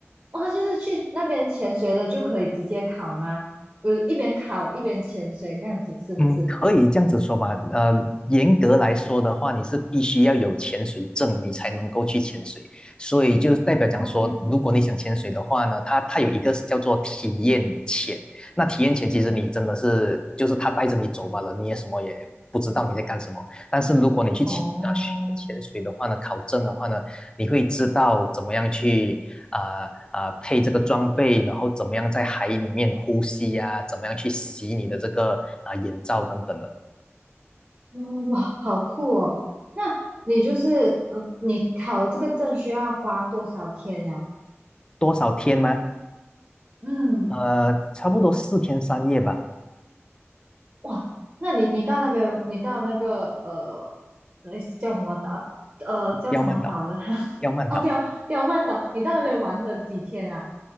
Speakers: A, on the right; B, on the left.
A: 哦，他就是去那边潜水的就可以直接考吗？我一边考一边潜水这样子是不是？
B: 嗯，可以这样子说吧。呃，严格来说的话，你是必须要有潜水证，你才能够去潜水。所以就是代表讲说，
A: 哦，
B: 如果你想潜水的话呢，它它有一个叫做体验潜。那体验潜其实你真的是就是它带着你走罢了，你也什么也不知道你在干什么。但是如果你去潜啊学潜水的话呢，
A: 哦。
B: 考证的话呢，你会知道怎么样去啊呃啊呃配这个装备，然后怎么样在海里面呼吸呀、怎么样去洗你的这个啊呃眼罩等等的。
A: 嗯，哇，好酷哦！那你就是，嗯，你考了这个证需要花多少天呀？
B: 多少天吗？
A: 嗯，
B: 呃，差不多四天三夜吧。
A: 哇，那你你到那边，你到那个呃，那叫什么岛？呃，叫什么岛了？
B: 刁曼岛，
A: <laughs>
B: 刁曼岛。
A: 哦，刁刁曼岛，你到那边玩了几天啊？